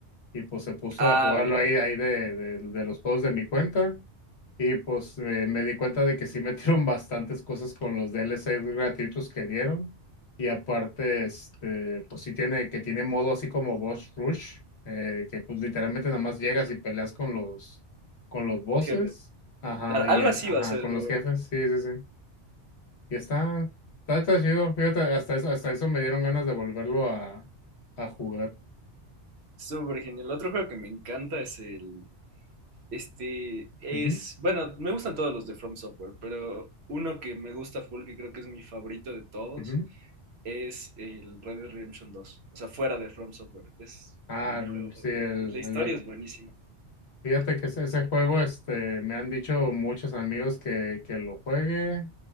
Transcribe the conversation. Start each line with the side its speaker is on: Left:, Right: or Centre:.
Left: y pues se puso
Right: Ah,
Left: a jugarlo
Right: ve,
Left: ahí, ahí de, de, de los juegos de mi cuenta y pues eh, me di cuenta de que sí metieron bastantes cosas con los DLCs gratuitos que dieron. Y aparte, este, pues sí tiene, que tiene modo así como Boss Rush, eh, que pues literalmente nada más llegas y peleas con los, con los bosses.
Right: jefes.
Left: Ajá,
Right: Claro,
Left: y
Right: algo
Left: eh,
Right: así
Left: ajá,
Right: va a ser
Left: con
Right: el nuevo
Left: los jefes, sí, sí, sí. Y está, está, está chido, fíjate, hasta eso, hasta eso me dieron ganas de volverlo a, a jugar.
Right: Súper genial. Otro juego que me encanta es el... Este es...
Left: Ujú,
Right: Bueno, me gustan todos los de From Software, pero uno que me gusta full, que creo que es mi favorito de todos,
Left: ujú.
Right: es el Red Dead Redemption 2. O sea, fuera de From Software. Es
Left: Ah,
Right: mi
Left: el-
Right: juego favorito.
Left: sí, el,
Right: La historia
Left: el reto.
Right: es buenísima.
Left: Fíjate que ese, ese juego, este, me han dicho muchos amigos que, que lo juegue.